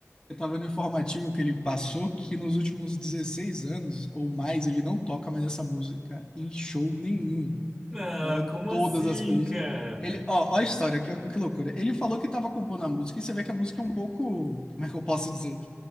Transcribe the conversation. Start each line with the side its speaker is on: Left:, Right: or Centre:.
Left: eu tava vendo o informativo que ele passou que nos últimos 16 anos ou mais ele não toca mais essa música em show nenhum.
Centre: Não,
Left: Você vai ver
Centre: como
Left: todas
Centre: assim,
Left: as playlists.
Centre: cara?
Left: Ele, ó, ó a história, que, que loucura. Ele falou que tava compondo a música e você vê que a música é um pouco, como é que eu posso dizer?